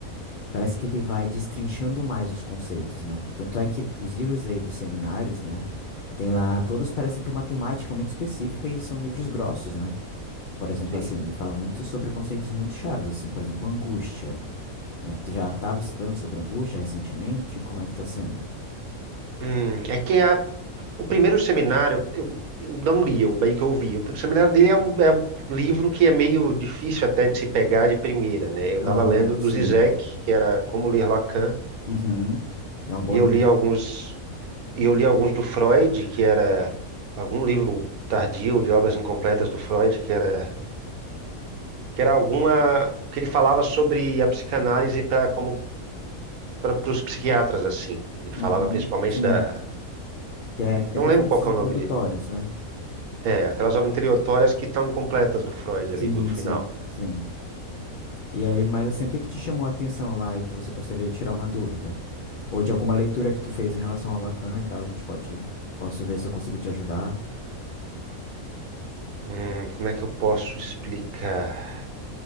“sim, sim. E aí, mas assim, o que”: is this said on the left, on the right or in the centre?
Left